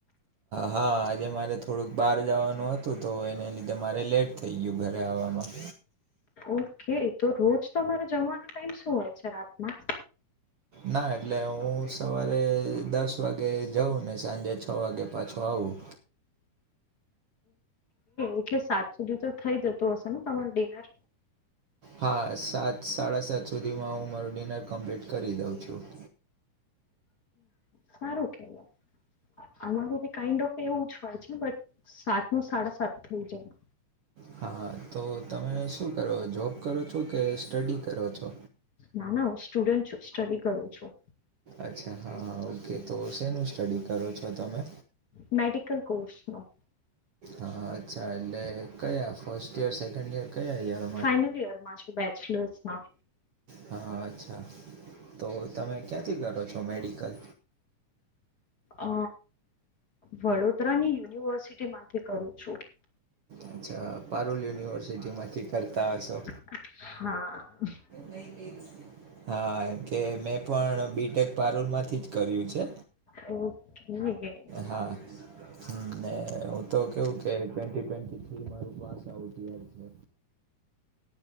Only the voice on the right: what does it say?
હા આજે મારે થોડુંક બહાર જવાનું હતું તો એને લીધે મારે લેટ થઈ ગયું ઘરે આવવામાં.
ના એટલે હું સવારે દસ વાગે જાઉં ને સાંજે છ વાગે પાછો આવું.
હા સાત સાડા સાત સુધીમાં હું મારું ડિનર કમ્પ્લીટ કરી દઉં છું.
હા હા તો તમે શું કરો જોબ કરો છો કે સ્ટડી કરો છો.
અચ્છા હા હા ઓકે તો શેનું સ્ટડી કરો છો તમે.
હા અચ્છા એટલે કયા ફર્સ્ટ યર સેકન્ડ ઈયર કયા યર
હા અચ્છા તો તમે ક્યાંથી કરો છો મેડિકલ
અચ્છા પારૂલ યુનિવર્સિટી માંથી કરતા હશો
હા એજ હા તે મેં પણ બી. ટેક. પારૂલ માંથી જ કર્યું છે.
હા. હ મેને હું તો કેવું કે ટ્વેન્ટી ટ્વેન્ટી થ્રી મારું પાસ આવઉટ યર. છે